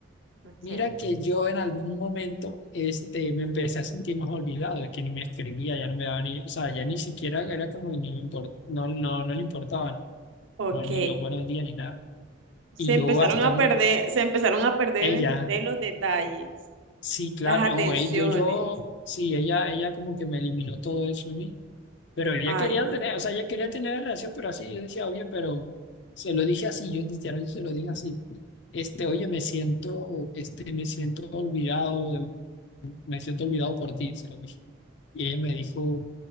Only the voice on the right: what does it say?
Ok.
Ok,
se
empezaron
a
perder, se empezaron a perder
entre ustedes los detalles,
las atenciones.
Ay,
no.